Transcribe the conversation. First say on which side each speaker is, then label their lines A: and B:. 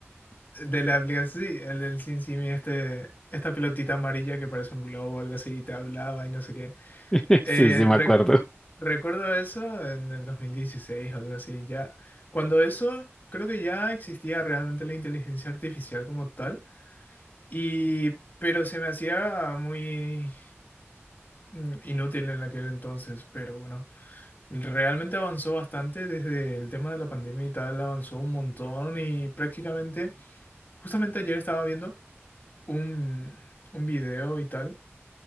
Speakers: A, on the left; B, on the left.
A: De la aplicación, sí, el del Sin Simi, este, esta pelotita amarilla que parece un globo o algo así, y te hablaba y no sé qué.
B: <laughs>
A: Eh,
B: sí, sí, me
A: rec-
B: acuerdo.
A: recuerdo eso en el 2016 o algo así, ya. Cuando eso, creo que ya existía realmente la inteligencia artificial como tal, y, pero se me hacía muy mm, inútil en aquel entonces, pero bueno, realmente avanzó bastante desde el tema de la pandemia y tal, avanzó un montón y prácticamente, justamente ayer estaba viendo un, un video y tal,